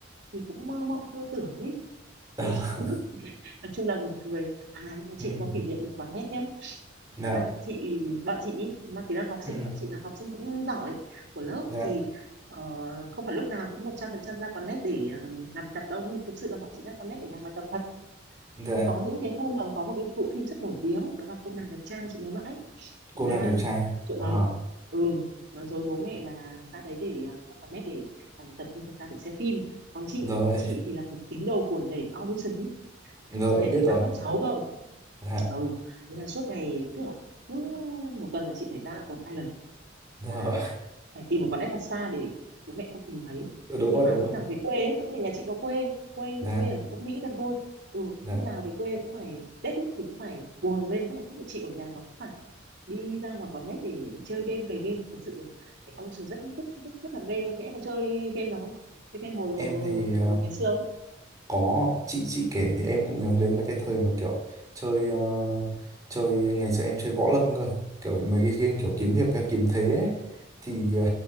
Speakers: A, on the right; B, on the right.
A: thì cũng mơ mộng tơ tưởng ấy <laughs>
B: Đó.
A: thì nói chung là buồn cười à nhưng mà
B: ừ
A: chị cũng có kỷ niệm với quán nét nhá,
B: dạ
A: đó là chị bọn chị ý, mang tính là học sinh
B: ừ
A: bọn chị là học sinh cũng giỏi của lớp
B: dạ
A: thì ờ, không phải lúc nào cũng một trăm phần trăm ra quán nét để ờ, làm bài tập đâu nhưng mà thực sự là bọn chị ra quán nét để làm bài tập thật
B: dạ
A: thì có những cái hôm mà có một cái bộ phim rất nổi tiếng đó là cô nàng đẹp trai chị nhớ mãi Thì
B: cô
A: ra
B: nàng đẹp trai
A: chỗ
B: Đó.
A: nói ừ nói dối bố mẹ là ra đấy để ờ, ra quán nét để làm bài tập nhưng thật ra để xem phim còn chị
B: rồi
A: chị thì là một tín đồ của nhảy audition ấy
B: rồi
A: chị
B: em
A: nhảy
B: biết
A: từ năm
B: rồi
A: lớp 6 cơ
B: dạ
A: ừ thế là suốt ngày cứ cứ một tuần là chị phải ra một hai lần
B: rồi
A: và phải tìm một quán net thật xa để bố mẹ không tìm thấy
B: Ừ, đúng
A: nhưng
B: rồi
A: mà
B: đúng
A: lúc
B: rồi
A: nào về quê ấy, tức là nhà chị có quê quê nhưng
B: dạ
A: mà quê ở gốc Mỹ gần thôi ừ
B: dạ
A: lúc nào về quê cũng phải Tết ý, thì cũng phải cuồng lên tức là không phải chịu ở nhà mà cũng phải đi ra ngoài quán net để chơi game cày game thật sự là cái Ocean rất rất rất rất là mê luôn thế em còn chơi game đó chơi game hồi hồi
B: em
A: hồi
B: thì
A: hồi,
B: ờ,
A: hồi ngày xưa không
B: có chị chị kể thì em cũng nhớ đến là cái thời mà kiểu chơi ờ, chơi ngày xưa em chơi võ lâm cơ kiểu mấy cái game kiểu kiếm hiệp hay kiếm thế ấy. thì ờ,